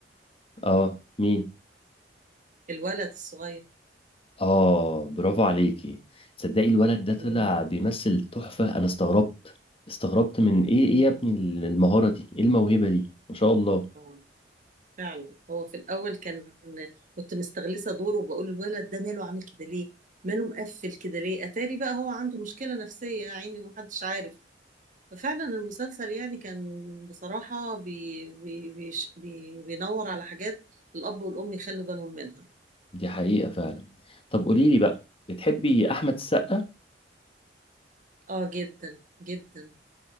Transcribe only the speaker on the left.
اه مين
اه برافو عليكي تصدقي الولد ده طلع
بيمثل تحفة انا استغربت استغربت من ايه ايه يا ابني المهارة دي ايه الموهبة دي ما شاء الله
دي حقيقة فعلا طب قولي لي بقى بتحبي أحمد السقا؟